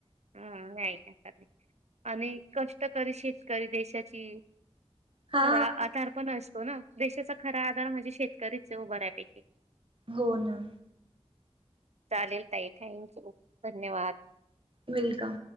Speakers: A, on the right (about 80°); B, on the right (about 50°).
A: हम ह नाही आणि कष्टकरी शेतकरी देशाची
B: हा
A: खरा आधार पण असतो ना देशाचा खरा आधार म्हणजे शेतकरीच उभऱ्यापैकी
B: हो ना
A: चालेल ताई थँक यू धन्यवाद
B: वेलकम